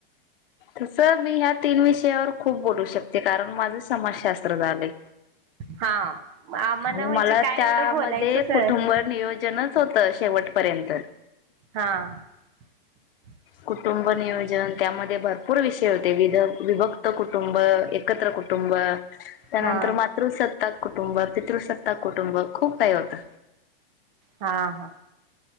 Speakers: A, on the left (about 70°); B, on the right (about 30°).
A: तस मी ह्या तीन विषयावर खूप बोलू शकते कारण माझे समाजशास्त्र झालय
B: हा आम्हाला
A: आणि
B: म्हणजे
A: मला
B: काय
A: त्यामध्ये
B: एवढं बोलायचं कळत
A: कुटुंब
B: नाही
A: नियोजनच होतं शेवटपर्यंत
B: हा ‌ <inaudible>
A: कुटुंब नियोजन त्यामध्ये भरपूर विषय होते वि विभक्त कुटुंब एकत्र कुटुंब त्यानंतर
B: हा
A: मातृसत्ताक कुटुंब पितृसत्ताक कुटुंब खूप काही होतं
B: हा हा